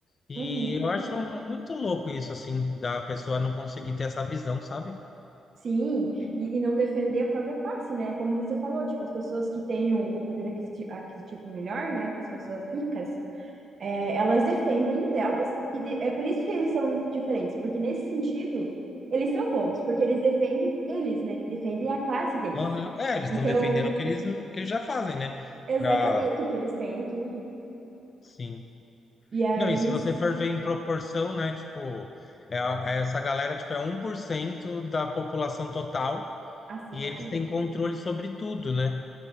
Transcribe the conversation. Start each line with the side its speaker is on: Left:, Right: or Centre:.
Left: E
Right: Uhum.
Left: eu acho muito louco isso, assim, da pessoa não conseguir ter essa visão, sabe?
Right: Sim, e, e não defender a própria classe, né? Como você falou, tipo, as pessoas que têm um- o poder aquisitivo, aquisitivo melhor, né? As pessoas ricas, é, elas defendem o delas, e de- é por isso que eles são diferentes, porque nesse sentido, eles são bons, porque eles defendem eles, né? Defendem a classe deles.
Left: Aham. É, eles estão
Right: Então,
Left: defendendo o que eles, o que eles já fazem, né?
Right: exatamente
Left: Pra,
Right: o que eles têm, tudo.
Left: sim.
Right: E aí,
Left: Não, e se você
Right: s-
Left: for ver em proporção, né, tipo, é, a- é essa galera, tipo, é 1% da população total
Right: nossa,
Left: e
Right: exatamente.
Left: eles têm controle sobre tudo, né?